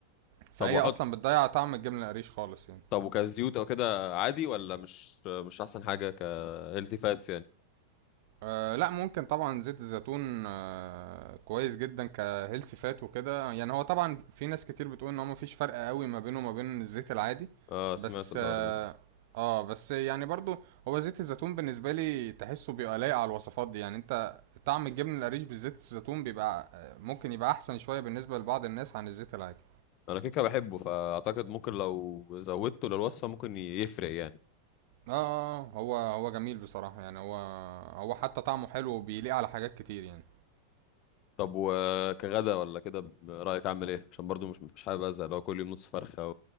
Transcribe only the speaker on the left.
طب واحط
طب وكزيوت او كده عادي ولا مش مش احسن حاجه كهيلثي فاتس يعني
اه سمعت
الحوار
ده
انا كيكه بحبه فاعتقد ممكن لو زودته للوصفه ممكن يفرق يعني
طب وكغدا ولا كده ب- رايك اعمل ايه عشان برضو مش مش حابب ازهق لو كل يوم نص فرخه